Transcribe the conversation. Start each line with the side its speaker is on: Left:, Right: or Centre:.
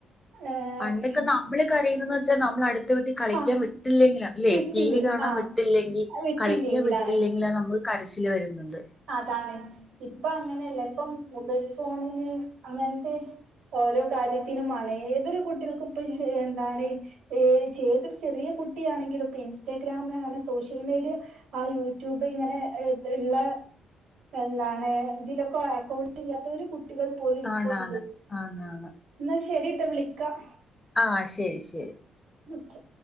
Right: ഏഹ്
Left: പണ്ടൊക്കെ നമ്മള് കരയുന്നതന്ന് വെച്ചാൽ നമ്മൾ അടുത്ത വീട്ടി കളിക്കാൻ
Right: ആഹ്
Left: വിട്ടില്ലെങ്കില. അല്ലെ
Right: വിട്ടില്ലേ
Left: ടി വി കാണാൻ
Right: ആഹ്
Left: വിട്ടില്ലെങ്കിൽ
Right: വിട്ടില്ലെങ്കിലാണ്
Left: കളിക്കാൻ വിട്ടത്തില്ലെങ്കിലാ നമ്മക്ക് കരച്ചില് വരുന്നത്.
Right: അതാണ് ഇപ്പ അങ്ങനെയല്ല ഇപ്പം മൊബൈൽ ഫോണിന് അങ്ങനത്തെ ഓരോ കാര്യത്തിനുമാണ് ഏതൊരു കുട്ടികൾക്ക ഇപ്പ എന്താണ് ഏ ചെറിയൊരു ചെറിയ കുട്ടിയാണെങ്കിലും ഇപ്പൊ ഇൻസ്റ്റാഗ്രാം അങ്ങനെ സോഷ്യൽ മീഡിയ ആഹ് യൂട്യൂബ് ഇങ്ങനെ ഇള്ള എന്താണ് ഇതിലൊക്കെ അക്കൗണ്ടല്ലാത്ത കു കുട്ടികൾ പോലും ഇപ്പോ
Left: ആണാണ്.
Right: ഇല്ല
Left: ആണാണ്.
Right: എന്നാ ശരിട്ടാ വിളിക്കാം
Left: ആഹ് ശരി ശരി
Right: മക്ക